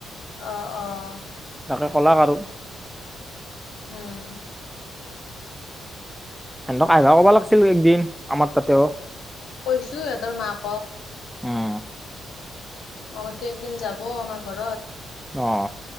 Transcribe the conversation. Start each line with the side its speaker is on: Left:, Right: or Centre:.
Left: অ', অ'।
Centre: তাকে কলাক আৰু।
Left: হম
Centre: সেন্ধক আহইভা ক'বা লাগিছিল একদিন আমাৰ তাতেও।
Left: কৈছো সিহঁতৰ মাকক।
Centre: উম।
Left: মই কৈছোঁ একদিন যাব আমাৰ ঘৰত।
Centre: অ'।